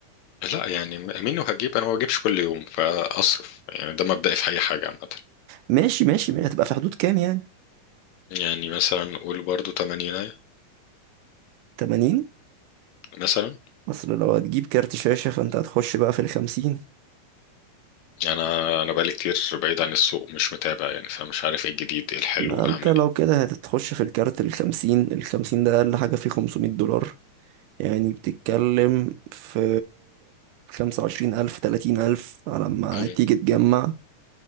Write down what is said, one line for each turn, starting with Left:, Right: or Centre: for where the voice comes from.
Left: <laughs> لا يعني م- منه هجيب انا ما بجيبش كل يوم فاصرف يعني ده مبدئي في اي حاجة عامة
Right: ماشي ماشي ماشي هتبقى في حدود كام يعني
Left: يعني مثلا قول برضه 80
Right: 80
Left: مثلا
Right: اصل لو هتجيب كارت شاشة فانت هتخش بقى في الخمسين
Left: انا انا بقالي كتير بعيد عن السوق مش متابع يعني فمش عارف ايه الجديد ايه الحلو
Right: ما
Left: اعمل
Right: انت لو كده هتتخش في الكارت الخمسين الخمسين ده اقل حاجة فيه 500 دولار يعني بتتكلم في خمسة وعشرين ألف تلاتين ألف على ما
Left: إيه.
Right: تيجي
Left: مم.
Right: تجمع